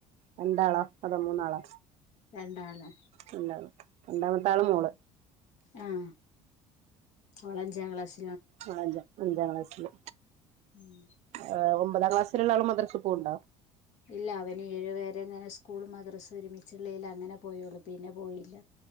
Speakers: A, on the right (about 55°); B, on the left (about 65°).
A: രണ്ടാളാ അതോ മൂന്നാളാ?
B: രണ്ടാള്.
A: രണ്ടാള് രണ്ടാമത്താള് മോള്.
B: ആഹ് അവളഞ്ചാം ക്ലാസ്
A: ആഹ് അഞ്ച അഞ്ചാം ക്ലാസില്.
B: ഉം.
A: ഏഹ് ഒമ്പതാം ക്ലാസ്സില്ള്ള ആള് മദ്രസ്സ് പോവ്ണ്ടോ?
B: ഇല്ല അവന് ഏഴു വെരെ ഇങ്ങനെ സ്കൂളും മദ്രസും ഒരുമിച്ച്ള്ളേല് അങ്ങനെ പോയുള്ളൂ. പിന്നെ പോയില്ല.